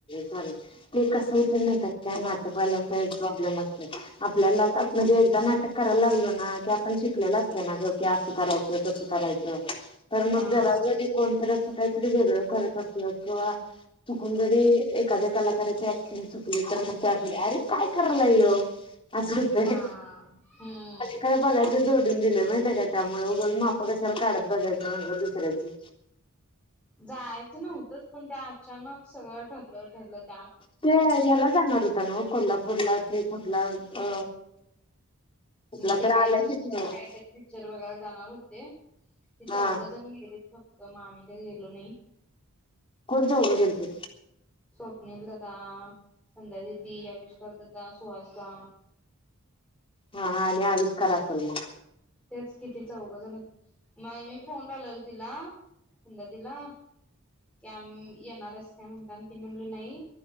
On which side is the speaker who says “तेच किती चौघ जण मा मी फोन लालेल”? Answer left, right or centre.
Centre